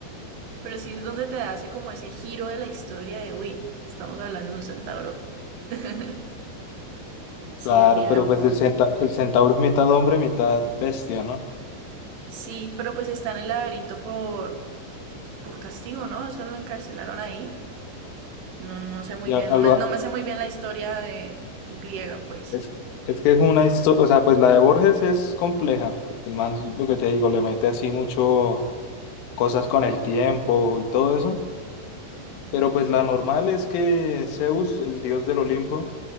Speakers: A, on the right; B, on the left.
A: Pero sí es donde te hace como ese giro de la historia de, uy, estamos hablando de un centauro. <laughs> Sí,
B: Claro,
A: es bien
B: pero
A: loco.
B: pues el, centa- el centauro es mitad hombre, mitad bestia, ¿no?
A: Sí, pero pues está en el laberinto por, por castigo, ¿no? Eso lo encarcelaron ahí. No, no sé muy
B: Y a-
A: bien,
B: algo-
A: no me,
B: a-
A: no me sé muy bien la historia de en griega, pues.
B: es, es que es una historia, o sea, pues la de Borges es compleja, porque el man, lo que te digo, le mete así mucho cosas con el tiempo y todo eso, pero pues la normal es que Zeus, el dios del Olimpo,